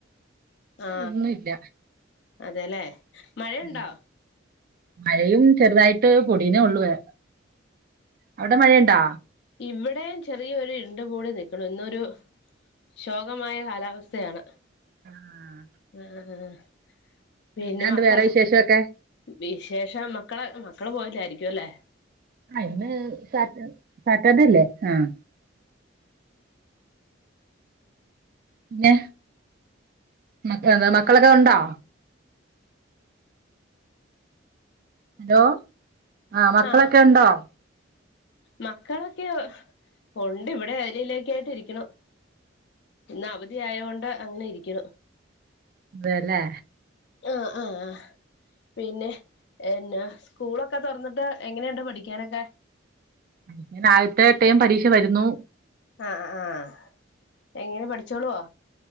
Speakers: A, on the left (about 60°); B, on the right (about 45°).
A: ആ
B: ഇന്ന് ഇല്ല
A: അതെല്ലേ മഴയുണ്ടോ
B: ഉം മഴയും ചെറുതായിട്ട് പൊടീന്നേ ഒള്ളുവേ അവിട മഴയൊണ്ടാ
A: ഇവിടേം ചെറിയൊരു ഇരുണ്ടുമൂടി നിക്ക്ണു ഇന്നൊരു ശോകമായ കാലാവസ് ത്തയാണ്
B: ആഹ്
A: അഹ് ആഹ് ആഹ് പിന്നെ
B: എന്നാണ്ട്
A: മക്കള
B: വേറെ വിശേഷമൊക്കെ
A: വിശേഷം മക്കളെ മക്കള് പോയില്ലായിരിക്ക്യും അല്ലേ
B: ആഹ് ഇന്ന് സാറ്റർ സാറ്റർഡെ അല്ലേ ആഹ് പിന്നെ മക്കള് മക്കളൊക്കെ ഉണ്ടോ? ഹലോ ആഹ് മക്കളൊക്കെ
A: ആ
B: ഉണ്ടോ?
A: മക്കളൊക്കെ ഒണ്ട് ഇവിടെ ഏരിയിലേക്കായിട്ട് ഇരിക്ക്യുണു ഇന്ന് അവധി ആയോണ്ട് അങ്ങനെ ഇരിക്കിണ്
B: അതേല്ലേ
A: ആഹ് ആഹ് ആഹ് പിന്നെ എന്നാ സ്കൂളൊക്കെ തൊർന്നിട്ട് എങ്ങനെയുണ്ട് പഠിക്കാനെക്കെ
B: ഞ്ഞ് നാല്ത്തെ എട്ടേയും പരീക്ഷ വരുന്നു
A: അഹ് ആഹ് ഹാ എങ്ങനെ പഠിച്ചോളുവോ?